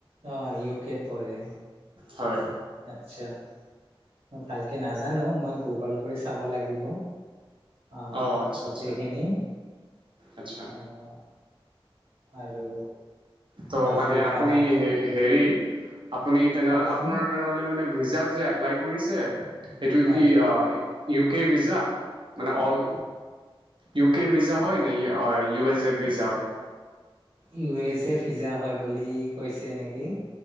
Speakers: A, on the right; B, on the right.
A: অ' ইউ কেত পৰে।
B: হয়।
A: আচ্ছা। মই ভালকে নাজানো মই গুগল কৰি চাব লাগিব। অ'
B: অঁ আচ্ছা
A: গোটেইখিনি।
B: আচ্ছা আচ্ছা
A: আহ। আৰু
B: ত'
A: আফ্ৰিকা
B: মানে আপুনি হে হেৰি আপুনি তেনেহ'লে
A: কওকচোন
B: আপোনাৰ তেনেহ'লে মানে ভিজাত যে এপ্লাই কৰিছে এইটো
A: হয়
B: কি ইউ কে ভিজা? মানে অল ইউ কেৰ ভিজা হয় নে ইউ এছ এৰ ভিজা হয়?
A: ইউ এছ এ ভিজা হয় বুলি কৈছে নেকি